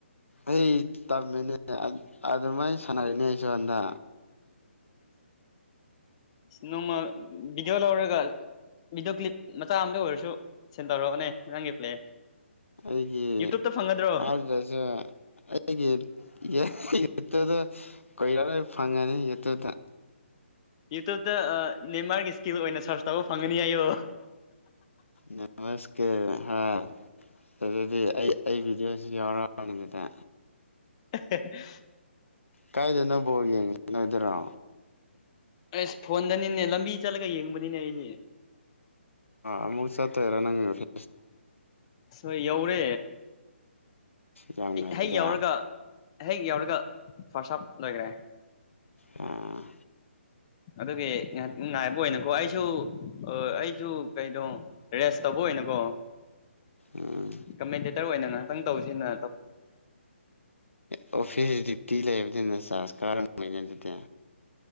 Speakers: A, on the left; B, on the left.
A: ꯑꯩ ꯇꯝꯃꯤꯅꯦ ꯑꯗꯨꯃꯥꯏꯅ ꯁꯥꯟꯅꯔꯤꯅꯦ ꯑꯩꯁꯨ ꯍꯟꯗ
B: ꯅꯣꯡꯃ ꯚꯗꯤꯑꯣ ꯂꯧꯔꯒ ꯚꯗꯤꯑꯣ ꯀ꯭ꯂꯤꯞ ꯃꯆꯥ ꯑꯝꯗ ꯑꯣꯏꯔꯁꯨ ꯁꯦꯟ ꯇꯧꯔꯛꯑꯣꯅꯦ ꯅꯪꯒꯤ ꯄ꯭ꯂꯦ
A: ꯑꯩꯒꯤ
B: ꯌꯨꯇ꯭ꯌꯨꯕꯇ ꯐꯪꯒꯗ꯭ꯔꯣ
A: ꯑꯗꯁꯦ ꯑꯩꯒꯤ ꯌꯦ ꯌꯦꯠꯇꯨꯗ ꯀꯣꯏꯔꯥ ꯂꯣꯏ ꯐꯪꯉꯅꯤ ꯌꯦꯠꯇꯨꯗ
B: ꯌꯨꯇꯕꯇ ꯅꯦꯟꯃꯥꯔꯒꯤ ꯏꯁꯀꯤꯜ ꯑꯣꯏꯅ ꯁꯔꯁ ꯇꯧꯕ ꯐꯪꯒꯅꯤ ꯍꯥꯏꯏꯌꯣ
A: ꯅꯃꯁꯀꯦ ꯍꯥꯥ ꯑꯗꯨꯗꯤ ꯑꯩ ꯑꯩ ꯚꯤꯗꯤꯑꯣꯁꯤ ꯌꯥꯎꯔꯛꯑꯅꯤꯗꯨꯗ
B: <unintelligible>
A: ꯀꯥꯏꯗꯅ ꯅꯕꯕꯣ ꯌꯦꯡꯉ ꯅꯗꯔꯣ
B: ꯑꯁ ꯐꯣꯟꯗꯅꯤꯅꯦ ꯂꯝꯕꯤ ꯆꯠꯂꯒ ꯌꯦꯡꯕꯅꯤꯅꯦ ꯑꯩꯁꯦ
A: ꯑꯃꯨꯛ ꯁꯥ ꯔꯅꯤꯡ ꯐ
B: ꯑꯁ ꯍꯣꯏ ꯌꯧꯔꯦ
A: ꯌꯥꯝ ꯉꯜꯂꯤꯗ
B: ꯍꯌꯦ ꯌꯥꯧꯔꯒ ꯍꯦꯛ ꯌꯧꯔꯒ ꯐꯥꯔꯁ ꯑꯞ ꯂꯣꯏꯈ꯭ꯔꯦ
A: ꯑ
B: ꯑꯗꯨꯒꯤ ꯉꯥꯏꯍꯥꯛ ꯉꯥꯏꯕ ꯑꯣꯏꯅꯀꯣ ꯑꯩꯁꯨ ꯑꯣ ꯑꯩꯁꯨ ꯀꯩꯅꯣ ꯔꯦꯁ ꯇꯧꯕ ꯑꯣꯏꯅꯀꯣ
A: ꯎꯝ
B: ꯀꯃꯦꯟꯇꯦꯇꯔ ꯑꯣꯏꯅ ꯉꯍꯥꯛꯇꯪ ꯇꯧꯁꯤꯅ
A: ꯑꯣꯐꯤꯁ ꯗꯌꯇꯤ ꯂꯩꯕꯅ ꯁꯥꯥꯁꯀꯥ ꯃꯅꯦꯗꯨꯇꯦ